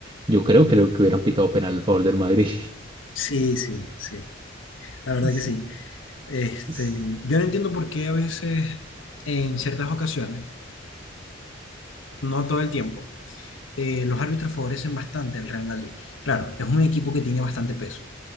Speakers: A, on the right; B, on the left.
A: yo creo que lo que hubieran pitado penal a favor del Madrid.
B: Sí, sí, sí, la verdad
A: S-
B: que sí. Este,
A: s-
B: yo no entiendo por qué a veces, en ciertas ocasiones, no todo el tiempo, eh, los árbitros favorecen bastante al Real Madrid. Claro, es un equipo que tiene bastante peso,